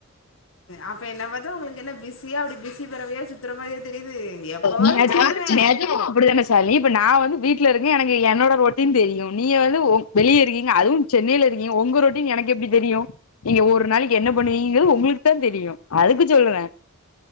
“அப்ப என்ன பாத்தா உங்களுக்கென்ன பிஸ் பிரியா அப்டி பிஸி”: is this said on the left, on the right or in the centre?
Left